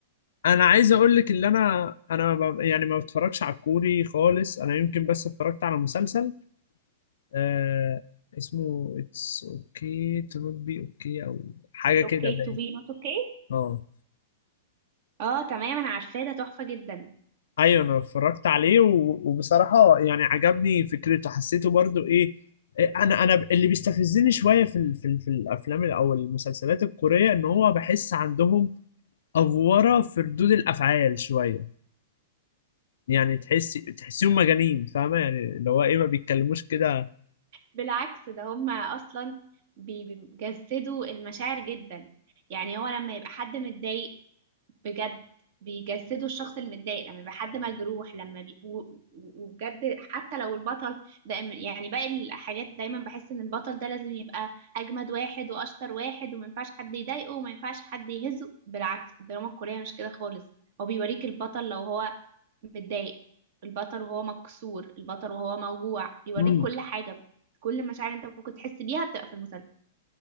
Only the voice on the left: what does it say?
انا عايز اقول لك اللي انا انا ب- يعني ما بتفرجش على الكوري خالص انا يمكن بس اتفرجت على مسلسل آه اسمه اتس اوكي تو نوت بي اوكي او حاجة كده
باين
اه
ايوه انا اتفرجت عليه و- وبصراحه يعني عجبني فكرته حسيته برضو ايه إيه، انا انا اللي بيستفزني شويه في ال في, ال في الافلام او المسلسلات الكوريه ان هو بحس عندهم افوره في ردود الافعال شويه يعني تحس تحسيهم مجانين فاهمه يعني اللي هو ايه ما بيتكلموش كده
امم